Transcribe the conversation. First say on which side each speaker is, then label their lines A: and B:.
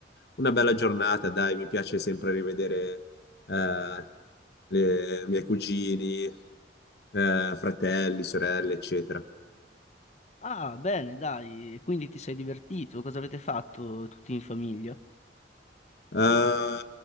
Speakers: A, on the left (about 60°); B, on the left (about 40°).
A: una bella giornata, dai, mi piace sempre rivedere eh, le- i miei cugini. eh, fratelli, sorelle, eccetera.
B: Ah, bene, dai. E Quindi ti sei divertito? Cosa avete fatto tutti in famiglia?
A: Eh,